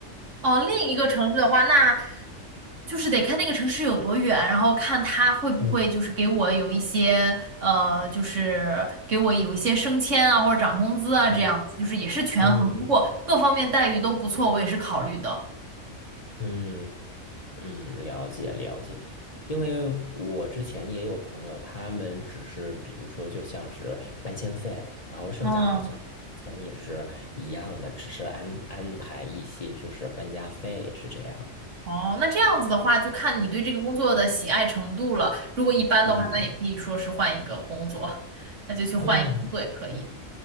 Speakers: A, on the right; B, on the left.
A: 哦，另一个城市的话，那就是得看那个城市有多远，然后看他会不会就是给我有一些呃，
B: 嗯
A: 就是给我有一些升迁啊，或者涨工资啊，这样子，
B: 嗯
A: 就是也是权衡。
B: 嗯
A: 如果各方面待遇都不错，我也是考虑的。
B: 嗯，嗯，了解了解，因为我之前也有朋友，他们只是比如说就像是搬迁费，然后剩下好像钱也是一样的，
A: 嗯，
B: 只是安安排一些就是搬家费是这样。
A: 哦，那这样子的话，就看你对这个工作的喜爱程度了。如果一般的话，
B: 嗯
A: 那也可以说是换一个工作，<laughs> 那就去换一个工作也可以。
B: 嗯